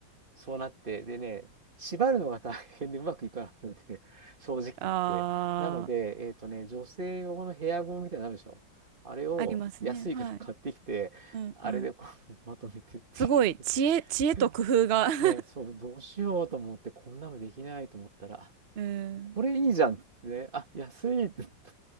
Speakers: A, on the right; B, on the right.
A: そうなって、でね、縛るのが大変でうまくいかないので、<laughs> 正直言って。
B: ああ、
A: なので、えっとね、女性用のヘアゴムみたいなのあるでしょ。あれを安いから買ってきて、
B: ありますね。はい。うん、
A: あれでこう
B: うん。
A: <laughs> まとめてってい
B: すごい、知恵、知恵と工夫が
A: う。
B: <laughs>
A: ね、そう、どうしようと思って、こんなのできないと思ったら、あ
B: うん、
A: これいいじゃんっつってね、あ、安いって言った